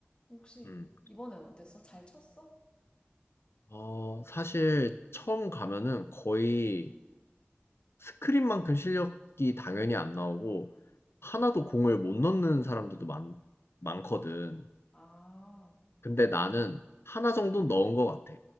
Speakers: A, on the left; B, on the left.
A: 혹시
B: 음.
A: 이번엔 어땠어? 잘 쳤어?
B: 어 사실 처음 가면은 거의 스크린만큼 실력이 당연히 안 나오고 하나도 공을 못 넣는 사람들도 많 많거든.
A: 아,
B: 근데 나는 하나 정도는 넣은 것 같아.